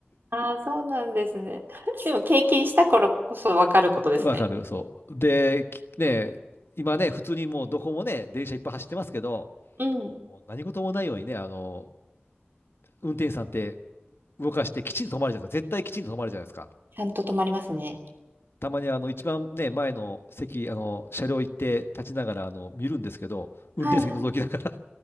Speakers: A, on the right; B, on the left.
A: あー、そうなんですね。<laughs> でも経験した頃こそわかることですね。
B: <laughs> わかる、そう。で、ね、今ね、普通にもうどこもね、電車いっぱい走ってますけど、
A: うん。
B: もう何事もないようにね、あの、運転手さんって動かしてきちんと止まるじゃないですか。絶対きちんと止まるじゃないですか。
A: ちゃんと止まりますね。
B: たまにあの一番ね、前の席、あの、車両行って立ちながら、あの、見るんですけど、運転席覗きながら
A: はいは